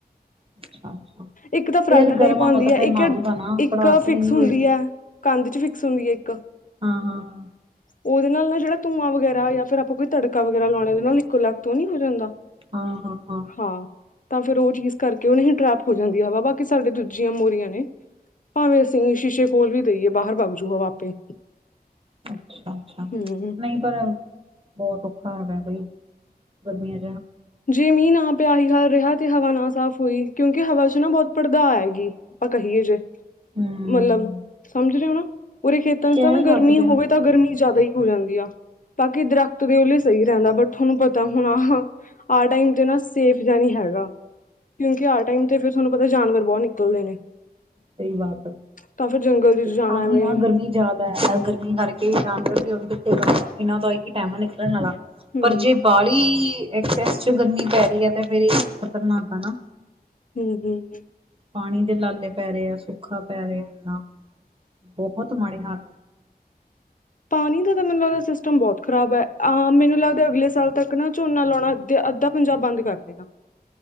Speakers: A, on the right; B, on the left.
A: ਅੱਛਾ ਅੱਛਾ।
B: ਇੱਕ ਤਾਂ ਫਰਾਟਾ
A: ਯਾਰ
B: ਟਾਈਪ
A: ਗਰਮ
B: ਆਉਂਦੀ
A: ਆਵਾ ਤਾਂ
B: ਹੈ
A: ਫਿਰ
B: ਇੱਕ
A: ਮਾਰੂਗਾ ਨਾ
B: ਇੱਕ
A: ਪੜਾਸ
B: ਫਿਕਸ
A: ਹੀ ਇੰਨੀ
B: ਹੁੰਦੀ
A: ਹੋਈ
B: ਹੈ ਕੰਧ ਚ ਫਿਕਸ ਹੁੰਦੀ ਹੈ ਇੱਕ
A: ਹਾਂ-ਹਾਂ।
B: ਉਹਦੇ ਨਾਲ ਜਿਹੜਾ ਧੂਆਂ ਵਗੈਰਾ ਜਾਂ ਫਿਰ ਆਪਾਂ ਕੋਈ ਤੜਕਾ ਵਗੈਰਾ ਲਾਉਣੇ ਦੇ ਨਾਲ ਇੱਕੋ ਲੱਤ ਤੋਂ ਨਹੀਂ ਹੋ ਜਾਂਦਾ।
A: ਹਾਂ-ਹਾਂ।
B: ਹਾਂ ਤਾਂ ਫਿਰ ਉਹ ਚੀਜ਼ ਕਰਕੇ ਉਹਨੇ ਟਰੈਪ ਹੋ ਜਾਂਦੀ ਹਵਾ ਬਾਕੀ ਸਾਡੇ ਦੂਜੀਆਂ ਮੋਰੀਆਂ ਨੇ। ਭਾਵੇਂ ਅਸੀਂ ਸ਼ੀਸ਼ੇ ਕੋਲ ਵੀ ਰਈਏ ਬਾਹਰ ਵਗਜੂ ਹਵਾ ਆਪੇ।
A: ਅੱਛਾ-ਅੱਛਾ,
B: ਹੂੰ।
A: ਨਹੀਂ ਪਰ ਬਹੁਤ ਔਖਾ ਹੈਗਾ ਬਈ। ਵਧੀਆ।
B: ਜੇ ਮੀਨ ਆ ਪਿਆ ਹੀ ਹਾਲ ਰਿਹਾ ਤੇ ਹਵਾ ਨਾ ਸਾਫ। ਹੋਈ ਕਿਉਂਕਿ ਹਵਾ ਚ ਨਾ ਬਹੁਤ ਪੜਦਾ ਹੈਗੀ ਆਪਾਂ ਕਹੀਏ।
A: ਹਮ
B: ਮਤਲਬ ਸਮਝ ਰਹੇ ਹੋ ਨਾ। ਪੂਰੇ ਖੇਤਰ ਚ
A: ਕਹਿ
B: ਤਾਂ ਨਾ ਗਰਮੀ
A: ਸਕਦੇ ਹਾਂ
B: ਹੋਵੇ ਤਾਂ ਗਰਮੀ ਜਿਆਦਾ ਹੀ ਹੋ ਜਾਂਦੀ ਆ ਬਾਕੀ ਦਰਖਤ ਦੇ ਉਲੇ ਸਹੀ ਰਹਿੰਦਾ ਬਟ ਤੁਹਾਨੂੰ ਪਤਾ ਹੁਣ। ਆਹ ਟਾਈਮ ਤੇ ਨਾ ਸੇਫ ਜਾਨੀ ਹੈਗਾ। ਕਿਉਂਕਿ ਆ ਟਾਈਮ ਤੇ ਫਿਰ ਤੁਹਾਨੂੰ। ਅਗਰ ਬਹੁਤ ਨਿਕਲਦੇ ਨੇ।
A: ਕਈ ਵਾਰ
B: ਤਾਂ ਫਿਰ ਜੰਗਲ 'ਚ ਜਾਣਾ
A: ਤਾਂ
B: ਐਵੇਂ
A: ਹੀ ਨਾ, ਗਰਮੀ ਜਿਆਦਾ ਗਰਮੀ ਕਰਕੇ ਜਾਨਵਰ ਵੀ ਇਹਨਾਂ ਦਾ ਇੱਕ ਟਾਈਮ ਹੈ, ਨਿਕਲਣ ਵਾਲਾ
B: ਹੂੰ।
A: ਪਰ ਜੇ ਬਾਹਲੀ ਐਕਸਸ ਚ ਗਰਮੀ ਪੈ ਰਹੀ ਹੈ, ਤੇ ਫੇਿਰ ਇਹ ਖ਼ਤਰਨਾਕ ਆ ਨਾ।
B: ਹੂੰ-ਹੂੰ।
A: ਪਾਣੀ ਦੇ ਲਾਲੇ ਪੈ ਰਹੇ ਆ ਸੁਖਾ ਪੈ ਰਿਹਾ ਇਨਾ। ਬਹੁਤ ਮਾੜੇ ਹਾਲ।
B: ਪਾਣੀ ਦਾ ਤਾਂ ਮੈਨੂੰ ਲੱਗਦਾ ਸਿਸਟਮ ਬਹੁਤ ਖ਼ਰਾਬ ਹੈ। ਅਹ! ਮੈਨੂੰ ਲੱਗਦਾ ਅਗਲੇ ਸਾਲ ਤੱਕ ਨਾ ਝੂਨਾ ਲਾਉਣਾ ਅੱਧੇ ਅ ਅੱਧਾ ਪੰਜਾਬ ਬੰਦ ਕਰਦੇਨਾ।